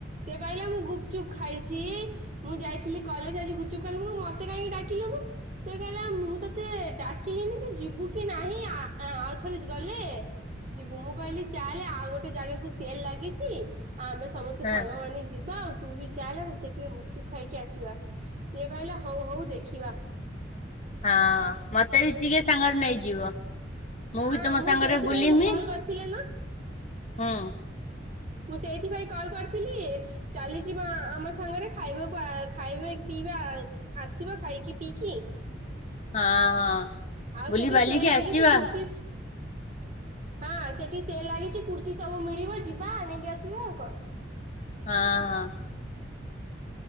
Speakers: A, on the right; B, on the left.
A: ସେ କହିଲା ମୁଁ ଗୁପଚୁପ ଖାଇଛି ମୁଁ ଯାଇଥିଲି କଲେ ଆଜି ଗୁପଚୁପ ଖାଇ ମତେ କାହିଁକି ଡାକିଲୁନୁ ସେ କହିଲା ମୁଁ। ତୋତେ ଡାକିଲିନି ତୁ ଯିବୁ କି ନାହିଁ ଆଁ ଆଉ ଥରେ ଗଲେ ଯିବୁ ମୁଁ କହିଲି ଚାଲେ ଆଉ ଗୋଟେ ଜାଗାକୁ ସେଲ ଲାଗିଛି। ଆ ଆମେ ସମସ୍ତେ
B: ହଁ
A: ସାଙ୍ଗମାନେ ଯିବା। ତୁ ବି ଚାଲେ ସେଥିରେ ଗୁପଚୁପ୍ ଖାଇକି ଆସିବା ସିଏ କହିଲା ହଉ ହଉ ଦେଖିବା।
B: ହଁ ମତେ ବି ଟିକେ ସାଙ୍ଗରେ ନେଇଯିବ।
A: ହଁ
B: ବି ତମ
A: ମୁଁ
B: ସାଙ୍ଗରେ
A: ସେଇଥିପାଇଁ
B: ବୁଲିମି।
A: କଲ୍ କରିଥିଲି ନା।
B: ହୁଁ
A: ମୁଁ ସେଇଥିପାଇଁ କଲ୍ କରିଥିଲି ଚାଲିଯିବ ଆମ ସାଙ୍ଗରେ ଖାଇବାକୁ ଖାଇବା ପିଇବା ଆସିବା ଖାଇକି ପିଇକି
B: ହଁ ହଁ।
A: ଆଉ
B: ବୁଲି
A: ସେଠି
B: ବାଲିକି
A: ସେଲ୍ ଲାଗିଛି
B: ଆସିବା
A: କୁର୍ତ୍ତିୀ। ହଁ ସେଠି ସେଲ୍ ଲାଗିଛି କୃତ୍ତି ସବୁ ମିଳିବ ଯିବା ନେଇକି ଆସିବା ଆଉ କଣ?
B: ହଁ ହଁ।